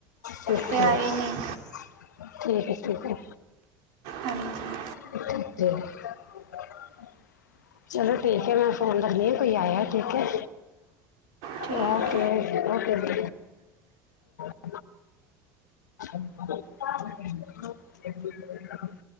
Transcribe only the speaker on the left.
ਠੀਕ
ਹੈ-
ਠੀਕ ਹੈ।
<unintelligible> ਚਲੋ ਠੀਕ ਹੈ ਮੈਂ ਫੋਨ ਰੱਖਣੀ ਆ ਕੋਈ ਆਇਆ ਠੀਕ ਹੈ।
ਓਕੇ। <unintelligible> <unintelligible>